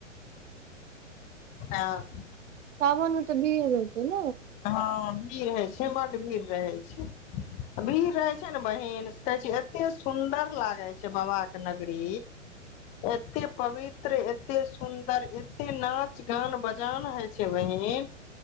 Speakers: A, on the left; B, on the right.
A: हँ
B: सावन मे तऽ भीड़ रहय छै ने
A: हँ भीड़ हय छै बड भीड़ रहे छै भीड़ रहे छै ने बहिन से कहे छै एते सुदर लागे छै बाबाके नगरी एते पवित्र एते सुन्दर एते नाच गान बजान हे छै बहिन